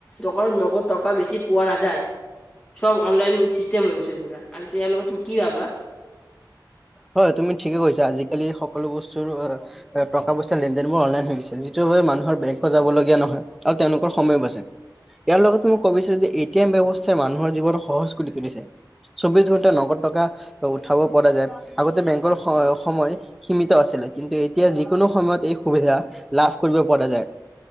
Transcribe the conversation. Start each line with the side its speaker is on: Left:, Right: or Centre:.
Left: দোকানত নগদ টকা বেছি পোৱা নাযায়। চব অনলাইন চিষ্টেম হৈ গৈছে পুৰা, আৰু তে ইয়াৰ লগত তুমি কি ভাবা?
Centre: হয়', তুমি ঠিকে কৈছা, আজিকালি সকলো বস্তুৰ টকা পইচা লেন দেন বোৰ অনলাইন হৈ যিটো ভাবে মানুহৰ বেংকত যাব লগীয়া নহয়, আৰু তেওঁলোকৰ সময়ো বাছে। ইয়াৰ লগতে মই কবিছিলো যে এ' টি এম ব্যৱস্থাই মানুহৰ জীৱন সহজ কৰি তুলিছে। চৌবিশ ঘন্টাত নগদ টকা উঠাব পৰা যায়, আগতে বেংকৰ সময় সীমিত আছিলে, কিন্তু এতিয়া যিকোনো সময়ত এই সুবিধা লাভ কৰিব পৰা যায়।